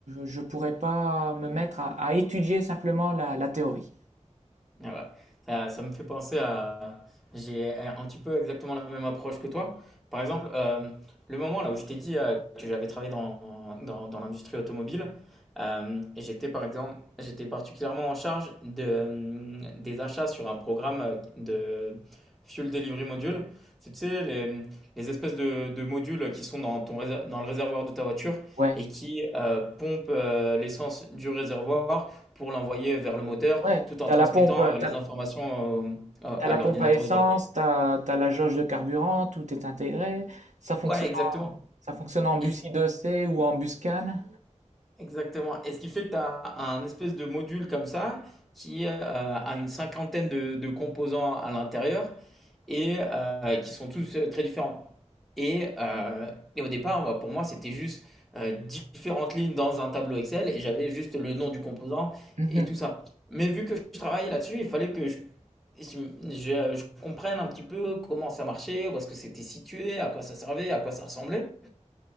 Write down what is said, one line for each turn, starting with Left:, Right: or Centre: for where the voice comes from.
Right: Je ne pourrais pas me mettre à, à étudier simplement la la théorie.
Centre: Ah bah, ça, ça me fait penser à... J'ai un petit peu exactement la même approche que toi. Par exemple, euh, le moment là où je t'ai dit euh, que j'avais travaillé dans, dans, dans l'industrie automobile, euh, j'étais par exemple, j'étais particulièrement en charge de, euh, des achats sur un programme euh, de Fuel Delivery Module. C'est, tu sais, les, les espèces de, de modules qui sont dans, ton, réser- dans le réservoir de ta voiture
Right: Ouais.
Centre: et qui euh, pompent euh, l'essence du réservoir pour l'envoyer vers le moteur
Right: Ouais,
Centre: tout en
Right: t'as
Centre: transmettant,
Right: la pompe, euh,
Centre: heu, les
Right: t'as,
Centre: informations, hem, à à
Right: t'as la
Centre: l'ordinateur
Right: pompe à essence,
Centre: de bord, quoi.
Right: t'as, t'as la jauge de carburant, tout est intégré. Ça fonctionne,
Centre: Ouais, exactement
Right: ça fonctionne en bus
Centre: et c
Right: I2C ou en bus CAN.
Centre: Exactement. Et ce qui fait que tu as un espèce de module comme ça qui euh, a une cinquantaine de, de composants à l'intérieur et euh, qui sont tous euh, très différents. Et, euh, et au départ, bah, pour moi, c'était juste euh, différentes lignes dans un tableau Excel et j'avais juste le nom du composant
Right: Mhm,
Centre: et tout ça. Mais vu que je travaillais là-dessus, il fallait que je, je- je- je comprenne un petit peu comment ça marchait, où est-ce que c'était situé, à quoi ça servait, à quoi ça ressemblait.